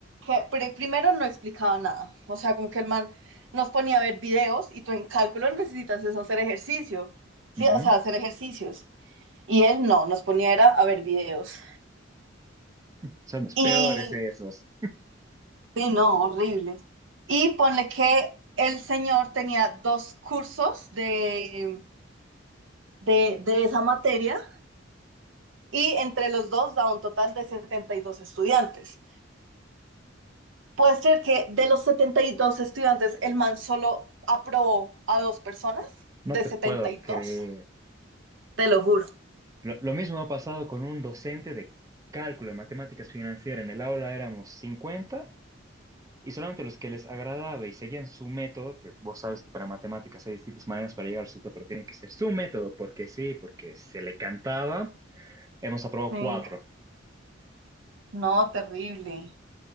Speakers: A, on the right; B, on the right.
A: que pri- primero no explicaba nada. O sea, como que el man nos ponía a ver videos y tú en cálculo necesitas es hacer ejercicio. Sí,
B: ujú.
A: o sea, hacer ejercicios. Y él no, nos ponía era a ver videos.
B: Son los
A: Y,
B: peores esos.
A: y no, horrible. Y ponle que el señor tenía dos cursos de, de, de esa materia y entre los dos da un total de 72 estudiantes. ¿Puedes creer que de los 72 estudiantes, el man solo aprobó a dos personas
B: No
A: de
B: te
A: setenta
B: puedo
A: y
B: creer.
A: dos. Te lo juro.
B: Lo, lo mismo ha pasado con un docente de cálculo de matemáticas financieras. En el aula éramos 50 y solamente los que les agradaba y seguían su método, que vos sabes que para matemáticas hay distintas maneras para llegar al resultado, pero tiene que ser su método, porque sí, porque se le cantaba, hemos aprobado
A: Sí.
B: cuatro.
A: No, terrible.